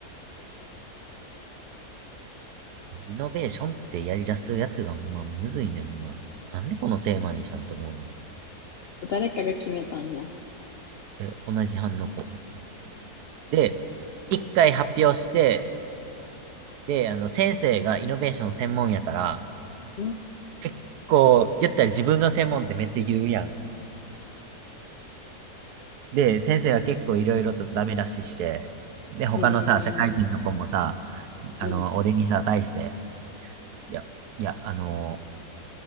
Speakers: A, on the right (about 80°); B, on the left (about 70°).
A: リノベーションってやり出すやつが、まあ、むずいねん、まあ。なんでこのテーマにさんと思うもん。
B: 誰かが決めたんや。
A: え、同じ班の子。で、一回発表して、で、あの、先生がイノベーション専門やから、
B: うん。
A: 結構、言ったら自分の専門ってめっちゃ言うやん。で、先生が結構いろいろとダメ出しして、で、他のさ、
B: へえ、
A: 社会人の子もさ、あの、
B: うん。
A: 俺にさ、対して、いや、いや、あの、